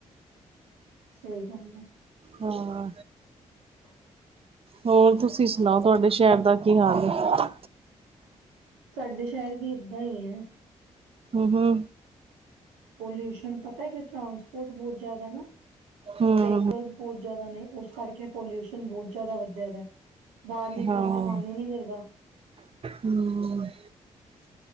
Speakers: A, on the right; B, on the right.
A: ਸਹੀ ਗੱਲ ਐ।
B: ਹਾਂ
A: <unintelligible>
B: ਹੋਰ ਤੁਸੀਂ ਸੁਣਾਓ, ਤੁਹਾਡੇ ਸ਼ਹਿਰ ਦਾ ਕੀ ਹਾਲ ਐ?
A: ਤੁਹਾਡੇ ਸ਼ਹਿਰ ਵੀ ਏਦਾਂ ਹੀ ਹੈ
B: ਹੂੰ ਹੂੰ
A: ਪੋਲਿਊਸ਼ਨ ਪਤਾ ਹੈ ਕਿ ਟਰਾਂਸਪੋਰਟ ਬਹੁਤ ਜ਼ਿਆਦਾ ਏ ਨਾ,
B: ਹਮ
A: ਵਹੀਕਲ ਬਹੁਤ ਜਿਆਦਾ ਨੇ ਉਸ ਕਰਕੇ ਪੋਲਿਊਸ਼ਨ ਬਹੁਤ ਜਿਆਦਾ ਵੱਧਿਆ ਦਾ ਬਾਹਰ ਨਿਕਲਣ
B: ਹਾਂ।
A: ਤੇ ਮਨ ਹੀ ਨੀ ਕਰਦਾ
B: ਹੂੰ